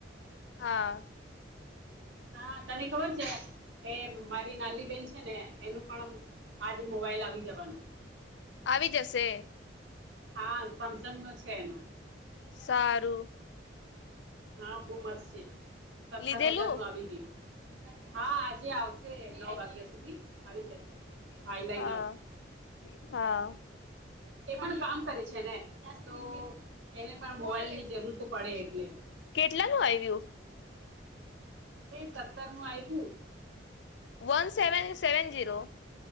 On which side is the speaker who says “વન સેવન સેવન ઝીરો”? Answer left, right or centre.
Left